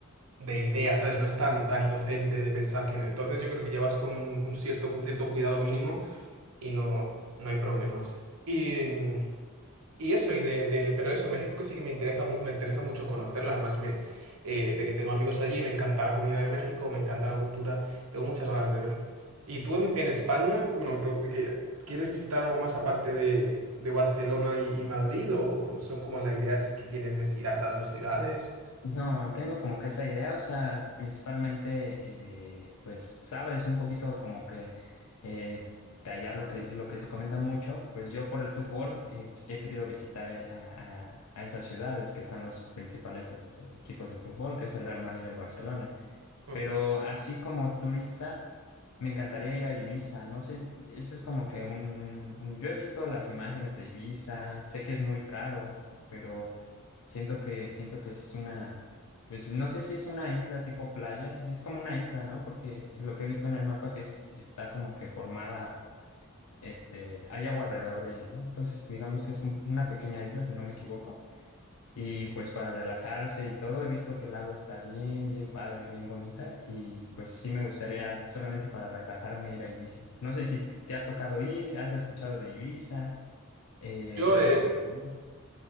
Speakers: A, on the right; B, on the left.
A: de idea, ¿sabes? No es tan, tan inocente de pensar que... no. Entonces yo creo que ya vas con un, un cierto, un cierto cuidado mínimo y no, no hay problemas. Y mm, y eso, y de, de- pero eso, México que sí que me interesa, mu- me interesa mucho conocerlo, además me, eh, de que tengo amigos allí, me encanta la comida de México, me encanta la cultura, tengo muchas ganas de verlo. Y tú en, en España, bueno, me pregu- que- ¿quieres visitar algo más aparte de, de Barcelona y, y Madrid o son como la idea sí que tienes de ir a esas dos ciudades?
B: No, tengo como que esa idea, o sea, principalmente, eh, pues, sabes, un poquito como que eh, de allá lo que, lo que se comenta mucho, pues yo por el fútbol eh, qu- he querido visitar eh, a, a- a esas ciudades que están los principales este, equipos de fútbol, que es el Real Madrid y el Barcelona.
A: Ah.
B: Pero así como turista, me encantaría ir a Ibiza, no sé, si- ese es como que un, un, un- yo he visto las imágenes de Ibiza, sé que es muy caro, pero... Siento que, siento que es una, pues no sé si es una isla tipo playa, es como una isla, ¿no? Porque lo que he visto en el mapa que es, está como que formada, este, hay agua alrededor de ella, ¿no? Entonces, digamos que es un- una pequeña isla, si no me equivoco. Y pues para relajarse y todo, he visto que el agua está bien, bien padre, bien bonita. Y pues sí me gustaría solamente para relajarme ir a Ibiza. No sé si te ha tocado ir, has escuchado de Ibiza, eh,
A: Yo,
B: de esas cuestiones.